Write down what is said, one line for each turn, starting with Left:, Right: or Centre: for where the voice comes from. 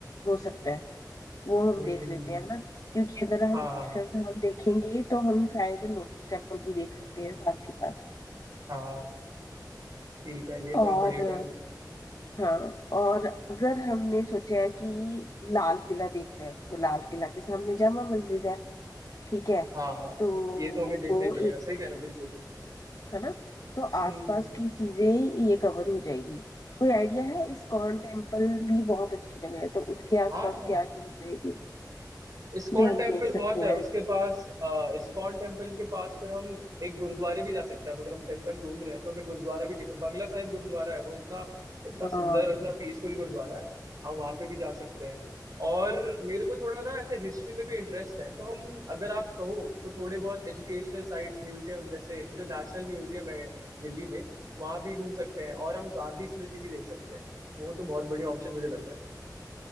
Left: हो सकता है वो हम
Right: हम्म
Left: देख लेते हैं ना क्योंकि अगर हम
Right: हाँ हाँ
Left: अक्षरधाम देखेंगे तो हम शायद लोटस टेम्पल भी देख सकते हैं साथ के साथ
Right: हाँ हाँ, ठीक है ये
Left: और
Right: तो आप बढ़िया कह
Left: अ,
Right: रहे हो
Left: हाँ और अगर हमने सोचा है कि लाल किला देखना है तो लाल किला के सामने जामा मस्जिद है ठीक है
Right: हाँ
Left: तो
Right: ये तो हमें देखना
Left: वो
Right: ही पड़ेगा
Left: एक
Right: सही कह रहे हो बिल्कुल
Left: है ना तो आसपास
Right: हम्म हम्म।
Left: की चीजें ये कवर हो जाएगी कोई आइडिया है इस्कॉन टेम्पल भी बहुत अच्छी जगह है तो उसके आसपास
Right: हाँ हाँ
Left: क्या चीज रहेगी
Right: इस्कॉन
Left: जो हम
Right: टेम्पल
Left: देख सकते
Right: बहुत है
Left: हैं
Right: उसके पास अ, इस्कॉन टेम्पल के पास फिर हम एक गुरुद्वारे भी जा सकते हैं अब अगर हम टेम्पल घूम रहे हैं तो हमें गुरुद्वारा भी देखना बंगला साहिब गुरुद्वारा है वो इतना इतना
Left: हाँ
Right: सुंदर और इतना पीसफुल गुरुद्वारा है हम वहाँ पे भी जा सकते हैं और मेरे को थोड़ा ना ऐसे हिस्ट्री में भी इंटरेस्ट है तो हम अगर आप कहो तो थोड़े बहुत एजुकेशनल साइट्स म्यूजियम जैसे जो नेशनल म्यूजियम है दिल्ली में वहाँ भी घूम सकते हैं और हम गांधी स्मृति भी देख सकते हैं वो तो बहुत बढ़िया ऑप्शन मुझे लग रहा है